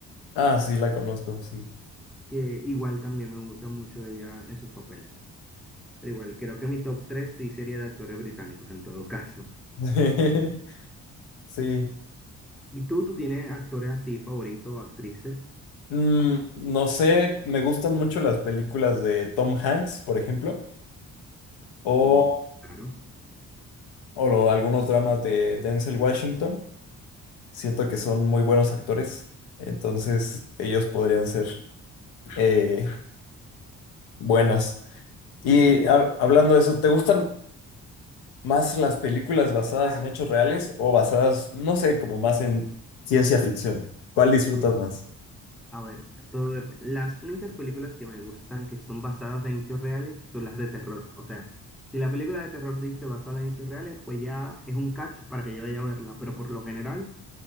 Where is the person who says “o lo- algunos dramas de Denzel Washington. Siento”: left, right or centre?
Left